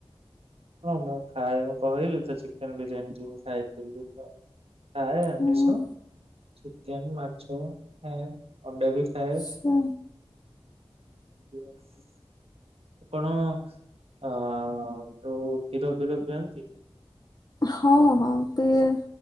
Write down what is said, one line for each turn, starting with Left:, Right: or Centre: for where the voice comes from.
Right: ହଁ ମୁଁ ଖାଏ ମୁଁ କହିଲି ତ ଚିକେନ ବିରିୟାନୀ ଯୋଉ ଖାଇଥିଲି ତ। ଖାଏ ଆମିଷ
Left: ହୁଁ
Right: ଚିକେନ ମାଛ ଖାଏ ଅଣ୍ଡା ବି ଖାଏ।
Left: ଆଛା।
Right: ୟେଶ୍। ଆପଣ ଅ ଯୋଉ କ୍ଷୀର ଫୀର ପିଅନ୍ତି?
Left: ହଁ ହଁ ପିଏ।